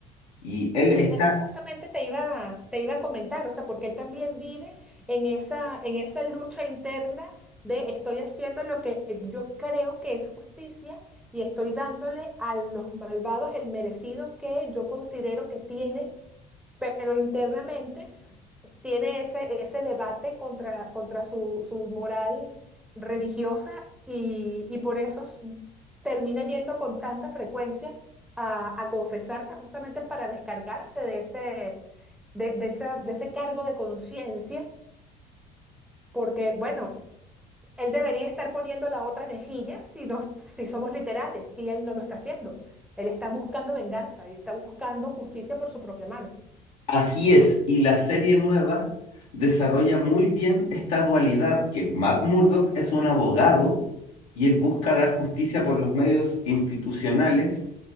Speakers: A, on the left; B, in the centre.
A: Y
B: Sí,
A: él está
B: eso justamente te iba, te iba a comentar, o sea, porque él también vive en esa, en esa lucha interna de estoy haciendo lo que yo creo que es justicia y estoy dándole a los malvados el merecido que yo considero que tienen, pero internamente tiene ese, ese debate contra, contra su, su moral religiosa y, y por eso s- termina yendo con tanta frecuencia a, a confesarse justamente para descargarse de ese, de, de esa- de ese cargo de conciencia, porque bueno, él debería estar poniendo la otra mejilla si, nos, si somos literales y él no lo está haciendo. Él está buscando venganza y está buscando justicia por su propia mano.
A: Así es, y la serie nueva desarrolla muy bien esta dualidad que Matt Murdock es un abogado y él busca dar justicia por los medios institucionales